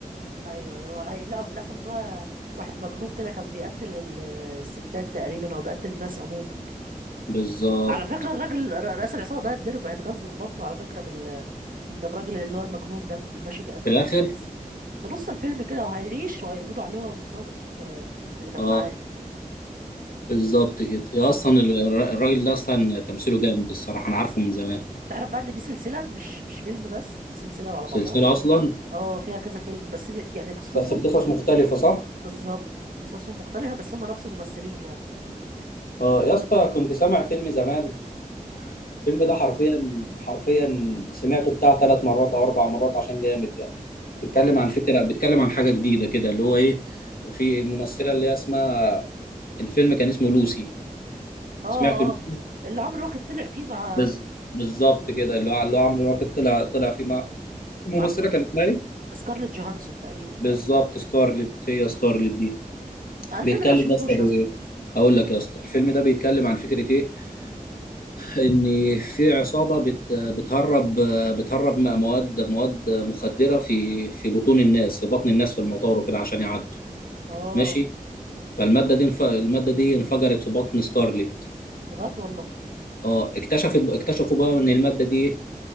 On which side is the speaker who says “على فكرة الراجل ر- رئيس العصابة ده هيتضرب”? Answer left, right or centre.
Right